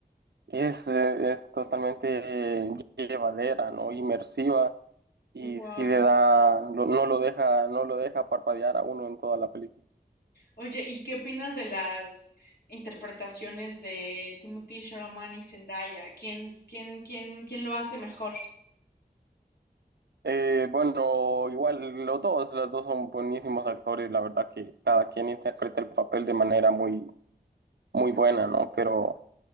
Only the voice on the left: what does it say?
Wow.
Oye, ¿y qué opinas de las interpretaciones de Timothée Chalamet y Zendaya? ¿Quién, quién, quién, quién lo hace mejor?